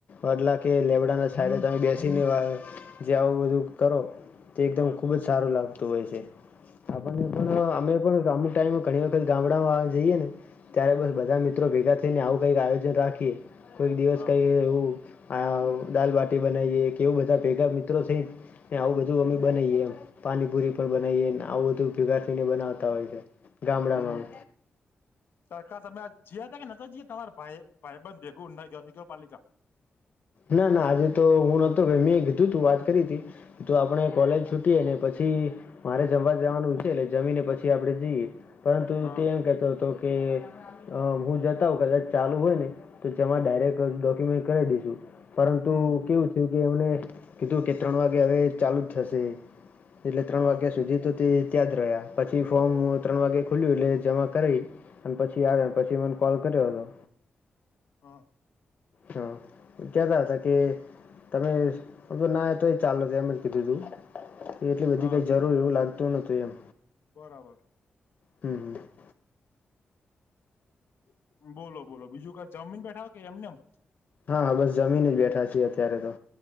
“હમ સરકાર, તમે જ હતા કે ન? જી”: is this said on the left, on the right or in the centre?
Left